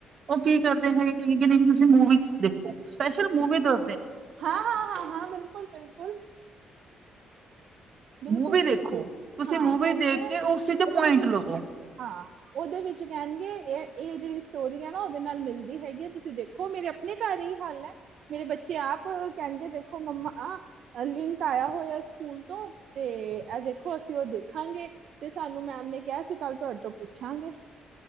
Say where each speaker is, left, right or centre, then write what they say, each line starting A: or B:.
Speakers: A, on the right (about 50°); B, on the right (about 70°).
A: ਉਹ ਕੀ ਕਰਦੇ ਹੈਗੇ ਕਿੰ ਜੀ ਤੁਸੀਂ ਮੂਵੀ ਦੇਖੋ ਸਪੈਸ਼ਲ ਮੂਵੀ ਦਾ
B: ਹਾਂ ਹਾਂ ਹਾਂ ਹਾਂ ਬਿਲਕੁਲ ਬਿਲਕੁਲ ਬਿਲਕੁਲ
A: ਮੂਵੀ ਦੇਖੋ
B: ਬਿਲਕੁਲ
A: ਤੁਸੀਂ
B: ਹਾਂ
A: ਮੂਵੀ
B: ਕਹਿੰਦੇ
A: ਦੇਖ
B: ਆ
A: ਕੇ ਉਸ ਚੀਜ਼ ਦੇ ਪੁਆਇੰਟ
B: ਉਹਦੇ ਵਿੱਚ
A: ਲਵੋ
B: ਹਾਂ ਉਹਦੇ ਵਿੱਚ ਕਹਿਣਗੇ ਇਹ ਇਹ ਜਿਹੜੀ ਸਟੋਰੀ ਹੈ ਨਾ ਉਹਦੇ ਨਾਲ ਮਿਲਦੀ ਹੈਗੀ ਹੈ ਤੁਸੀਂ ਦੇਖੋ ਮੇਰੇ ਆਪਣੇ ਘਰ ਹੀ ਹੱਲ ਹੈ ਮੇਰੇ ਬੱਚੇ ਆ ਆਪ ਕਹਿੰਗੇ ਦੇਖੋ ਮੰਮਾ ਲਿੰਕ ਆਇਆ ਹੋਇਆ ਸਕੂਲ ਤੋਂ ਤੇ ਇਹ ਦੇਖੋ ਅਸੀਂ ਉਹ ਦੇਖਾਂਗੇ ਤੇ ਸਾਨੂੰ ਮੈਮ ਨੇ ਕਿਹਾ ਸੀ ਕੱਲ ਤੁਹਾਡੇ ਤੋਂ ਪੁੱਛਾਂਗੇ ਹ